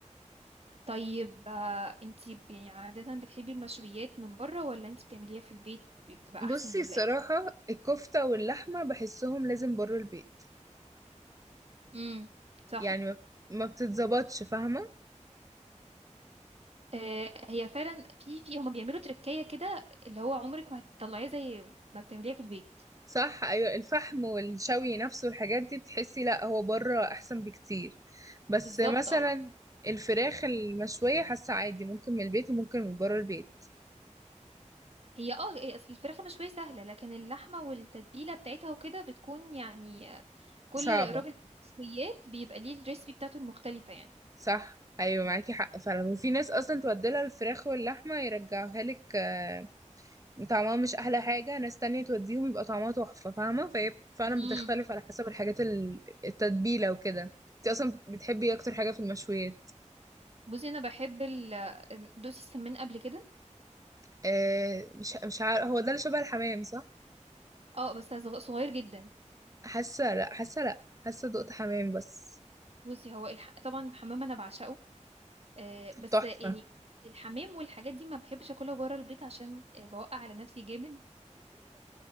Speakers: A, on the right (about 55°); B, on the right (about 25°).
A: طيب آه، انتي ب- يعني عادة بتحبي المشويات من بره ولا انتي بتعمليها في البيت بتبقى احسن
B: بصي
A: ولا
B: الصراحة
A: ايه
B: الكفتة واللحمة بحسهم لازم بره البيت
A: امم صح
B: يعني ما ما بتتظبطش فاهمة
A: آه هي فعلا في في هما بيعملوا تركية كده اللي هو عمرك ما هتطلعيه زي ما بتعمليها في البيت
B: صح ايوه الفحم والشوي نفسه والحاجات دي بتحسي لا هو بره احسن بكتير بس
A: بالظبط
B: مثلا
A: اه
B: الفراخ المشوية حاسة عادي ممكن من البيت وممكن من بره البيت
A: هي اه إيه، اصل الفراخ المشوية سهلة لكن اللحمة والتتبيلة بتاعتها وكده بتكون يعني آه، كل
B: صعبة
A: راجل في المشويات بيبقى ليه الريسبي بتاعته المختلفة يعني
B: صح أيوة معاكي حق فعلا وفي ناس أصلا توديلها الفراخ واللحمة يرجعوها لك آه، طعمها مش أحلى حاجة ناس تانية توديهم يبقى طعمها تحفة فاهمة فهي فعلا
A: امم
B: بتختلف على حسب الحاجات ال- التتبيلة وكده انت أصلا بتحبي إيه أكتر حاجة في المشويات
A: بصي انا بحب ال آه، دوسي السمان قبل كده
B: آه، مش مش عارف هو ده اللي شبه الحمام صح
A: اه بس صغ- صغير جدا
B: حاسة لأ حاسة لأ حاسة دقت حمام بس
A: بصي هو الح... طبعا الحمام انا بعشقه آه بس
B: تحفة
A: يعني الحمام والحاجات دي ما بحبش اكلها بره البيت عشان آه، بوقع على نفسي جامد